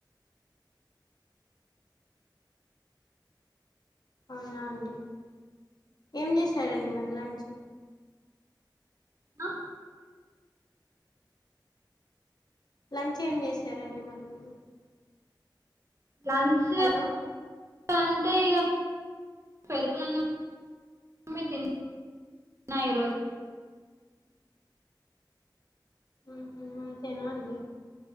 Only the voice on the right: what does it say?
అ
లంచు
అంటే ఇగ పెరుగున్నమే తిన్నా ఈరోజు